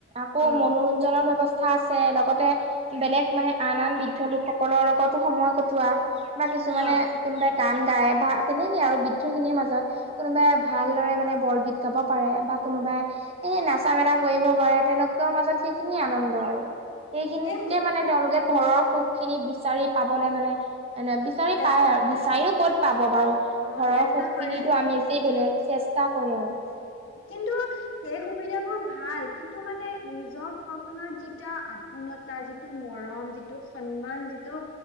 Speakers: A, on the right (about 30°); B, on the left (about 65°).
A: আকৌ
B: অ
A: মনোৰঞ্জনৰ ব্য্ৱস্থা আছে লগতে বেলেগ মানে আন আন বৃদ্ধ লোকসকলৰ লগতো সময় কটোৱা বা কিছুমানানে
B: হয়
A: কোনোবাই গান গায় বা তেনেকেই আৰু বৃদ্ধখিনিৰ মাজত কোনোবাই ভালদৰে মানে বৰগীত গাব পাৰে বা কোনোবাই এ নাচা মেলা কৰিব পাৰে তেনেকোকুৱাও মাজত সেইখিনিয়ে আনন্দ আৰু সেইখিনিতে
B: সেই সু-
A: মানে তেওঁলোকে ঘৰৰ সুখ খিনি বিচাৰি পাবলে মানে এনে বিচাৰি
B: চেষ্টা
A: পাই আৰু
B: কৰে
A: বিচাৰিও ক'ত পাব বাৰু ঘৰৰ
B: অ চেষ্টা
A: সুখ
B: কৰে
A: খিনিো আমি যে বেলেগ চেষ্টা কৰে আৰু <unintelligible>
B: কিন্তু সেই সুবিধাাবোৰ ভাল কিন্তু মানে নিজৰ ঘৰখনত যেতিয়া পূণতা যিটো মৰম যিটো সন্মান যিটো